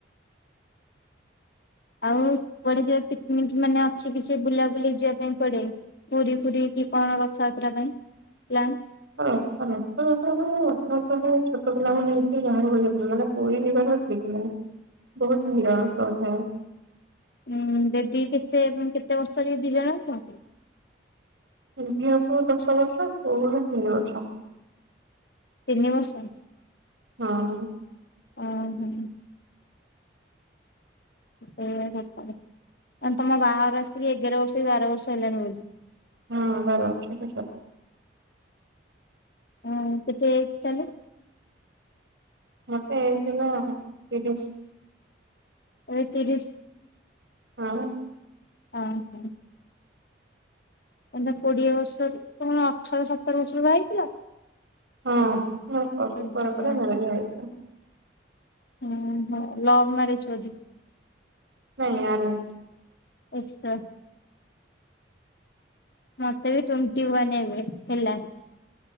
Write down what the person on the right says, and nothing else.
ହଁ ରସ ବାସ ର ମା ଛୋଟ ପିଲା ମ ନେଇଇକି ଯାକୁ ଯାଇ ମାନେ ପୁରୀ ଯିବାର ଠିକ ନାହିଁ ବହୁତ ଭିଡ଼ ବହୁତ ହ
ଝିଅକୁୋଉ ଦଶ ବର୍ଷ ପୋଉଳି ତିନି ବର୍ଷ
ହଁ
ହଁ ବର ସେ ଚାଲ
ମତେ ହେଇଥିଲା ତିରିଶି
ହଁ
ହଁ ବ କଷ୍ଟ
ପରେ ପରେ ମରଜଆ ହେଇଥିଲା
ନାାଇଁ ଆରଛି